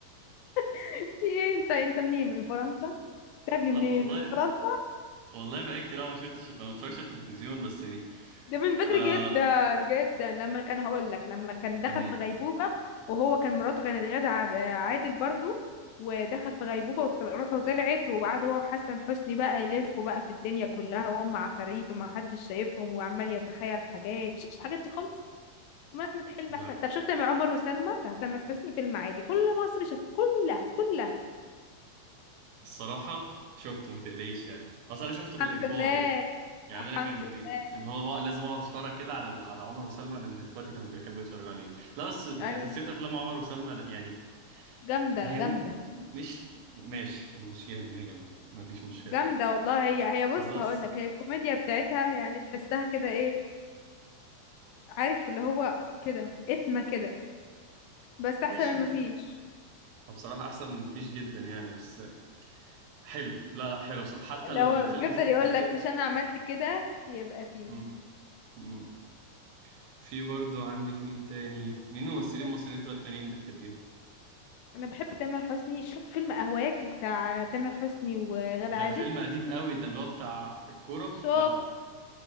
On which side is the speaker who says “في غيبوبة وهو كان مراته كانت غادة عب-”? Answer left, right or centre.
Left